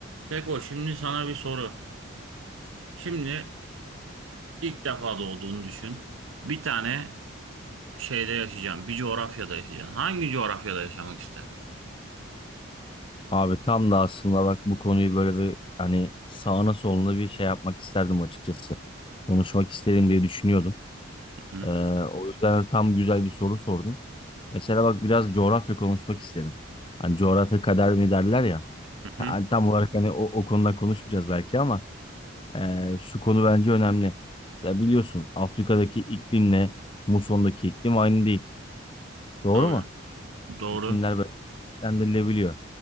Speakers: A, on the right (about 80°); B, on the left (about 25°).
A: Seko şimdi sana bir soru. Şimdi ilk defa doğduğunu düşün. Bir tane şeyde yaşayacaksın. Bir coğrafyada yaşayacaksın. Hangi coğrafyada yaşamak isterdin?
B: Abi tam da aslında bak bu konuyu böyle bir hani sağına soluna bir şey yapmak isterdim açıkçası. Konuşmak isterim diye düşünüyordum.
A: Hı hı.
B: Ee, o yüzden de tam güzel bir soru sordun. Mesela bak biraz coğrafya konuşmak isterim. Hani coğrafya kader mi derler ya.
A: hı.
B: Hani tam olarak hani o, o konuda konuşmayacağız belki ama e, şu konu bence önemli. Mesela biliyorsun Afrika'daki iklimle Muson'daki iklim aynı değil. Doğru
A: Tabii.
B: mu?
A: Doğru.
B: İklimler dendirilebiliyor.